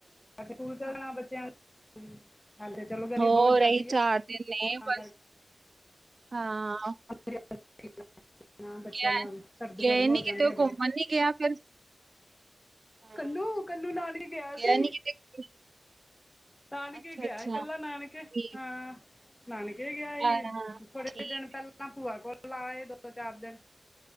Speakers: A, on the left; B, on the right.
A: ਸਕੂਲ ਜਾਣਾ ਬੱਚਿਆਂ ਨੇ ਹਾਲੇ। ਚਲੋ ਗਰਮੀ
B: ਹੋਰ
A: ਬਹੁਤ ਜ਼ਿਆਦੀ
B: ਏ ਹੀ
A: ਹੈ
B: ਚਾਰ ਦੀਨ ਨੇ
A: ਤਾਂ
B: ਬਸ, ਹਾਂ
A: ਅੱ <unintelligible> ਨਾ ਬੱਚਿਆਂ
B: ਗਿਆ
A: ਦਾ ਸਰਦ
B: ਗਏ
A: ਗਰਮ
B: ਨੀ
A: ਹੋ
B: ਕਿਤੇ
A: ਜਾਂਦੇ
B: ਉਹ
A: ਆ
B: ਘੁੰਮਣ
A: ਬੜੇ।
B: ਨੀ ਗਿਆ ਫਿਰ ਹਾਂ।
A: ਕੰਨੂੰ- ਕੰਨੂੰ ਨਾਲ ਈ ਗਿਆ ਸੀ।
B: ਨੀ ਕਿਤੇ
A: ਨਾਨਕੇ
B: ਅੱਛਾ
A: ਗਿਆ
B: ਅੱਛਾ।
A: ਕੱਲਾ ਨਾਨਕੇ,
B: ਠੀਕ
A: ਹਾਂ। ਨਾਨਕੇ ਗਿਆ ਹੀ,
B: ਹਾਂ
A: ਥੋੜੇ
B: ਠੀਕ
A: ਦਿਨ ਪਹਿਲਾਂ ਪੂਆ ਕੋਲ ਲਾਏ ਦੋ- ਚਾਰ ਦਿਨ